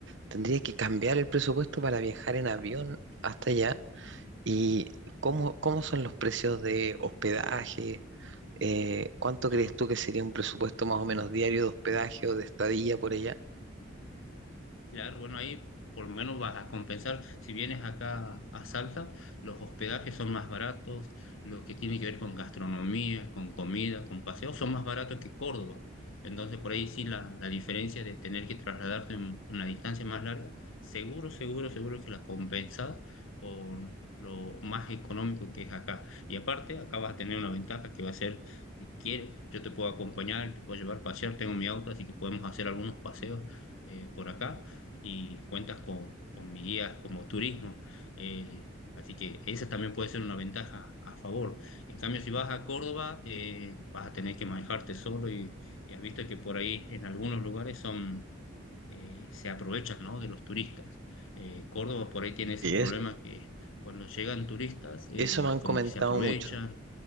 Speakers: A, on the right; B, on the left.
A: tendría que cambiar el presupuesto para viajar en avión hasta allá. ¿Y cómo, cómo son los precios de hospedaje? Eh, ¿cuánto
B: bueno,
A: crees tú que sería un presupuesto más o menos diario de hospedaje o de estadía por allá?
B: Claro, bueno, ahí por lo menos vas a compensar. Si vienes acá a Salta, los hospedajes son más baratos, lo que tiene que ver con gastronomía, con comida, con paseos, son más baratos que Córdoba. Entonces, por ahí sí la, la diferencia de tener que trasladarte en una distancia más larga, seguro, seguro, seguro que la compensas con lo más económico que es acá. Y aparte, acá vas a tener una ventaja que va a ser, si quieres, yo te puedo acompañar, te puedo llevar a pasear, tengo mi auto, así que podemos hacer algunos paseos eh, por acá y cuentas con, con mi guía como turismo. eh, así que esa también puede ser una ventaja a favor. En cambio, si vas a Córdoba, eh, vas a tener que manejarte solo y, y has visto que por ahí en algunos lugares son, eh, se aprovechan, ¿no? de los turistas. Eh, Córdoba por ahí tiene ese
A: Sí,
B: problema
A: es-
B: que cuando llegan turistas, eh,
A: eso me han
B: como
A: comentado
B: que se aprovechan,
A: mucho.